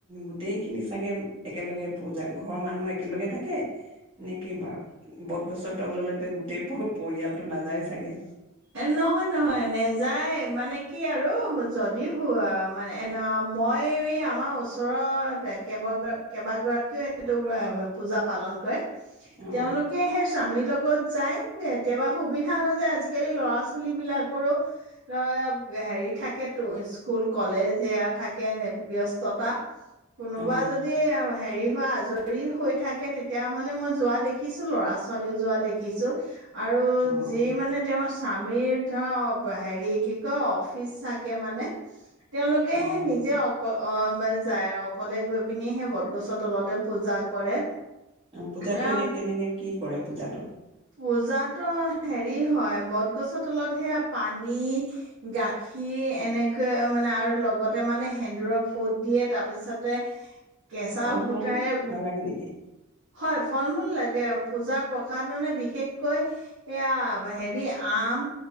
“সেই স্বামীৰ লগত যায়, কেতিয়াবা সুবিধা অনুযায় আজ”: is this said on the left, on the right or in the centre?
Right